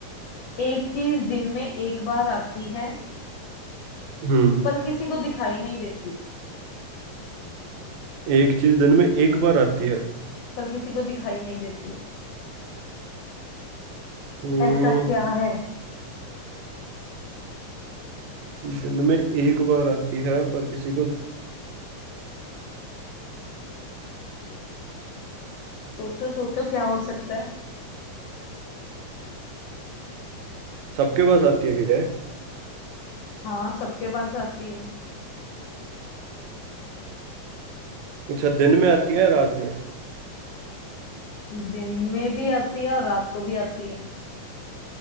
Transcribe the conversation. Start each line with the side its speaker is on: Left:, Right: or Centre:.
Left: एक चीज दिन में एक बार आती है
Right: हम्म
Left: पर किसी को दिखाई नहीं देती
Right: एक चीज दिन में एक बार आती है
Left: पर किसी को दिखाई नहीं देती
Right: हम्म
Left: ऐसा क्या है
Right: दिन में एक बार आती है पर किसी को
Left: सोचो सोचो क्या हो सकता है
Right: सबके पास आती है क्या
Left: हाँ सबके पास आती है
Right: अच्छा दिन में आती है या रात में
Left: दिन में भी आती है और रात को भी आती है